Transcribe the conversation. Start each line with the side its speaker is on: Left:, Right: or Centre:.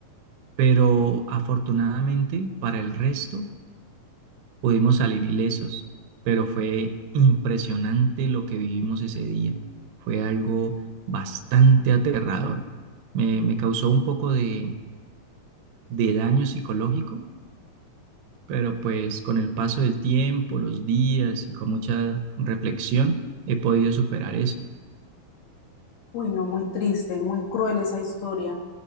Right: pero afortunadamente para el resto pudimos salir ilesos, pero fue impresionante lo que vivimos ese día. Fue algo bastante aterrador. Me, me causó un poco de de daño psicológico, pero pues con el paso del tiempo, los días y con mucha reflexión he podido superar eso.
Left: Uy, no, muy triste, muy cruel esa historia.